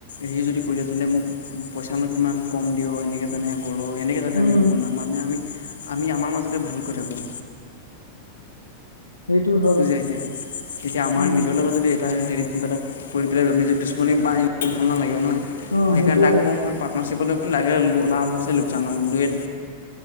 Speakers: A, on the left; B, on the left.
A: সি যদি কৈ দিয়ে তহঁতে মোক পইছা নো কিমান কম দিয়, এনেকে তেনেকে এনেকে যাতে
B: উম
A: আমি নুশুনো, মানে আমি আমাৰ মাজতে ভালকৈ থাকোঁ।
B: সেইটো হয়
A: বুজিছা এতিয়া, এতিয়া আমাৰ
B: উম
A: নিজৰ লগত যদি এটা হেৰি কিবা এটা কৰি পেলাই আমি যদি দুশ্মনি পা আনে ভাল নালাগিব ন'
B: অ
A: সেইকাৰণে
B: সেইটো
A: তাক
B: হয়
A: কম মই পাৰ্টনাৰশ্বিপত লাগিলে লো লাভ হোক চাই লোকচান হ'ক দুয়েট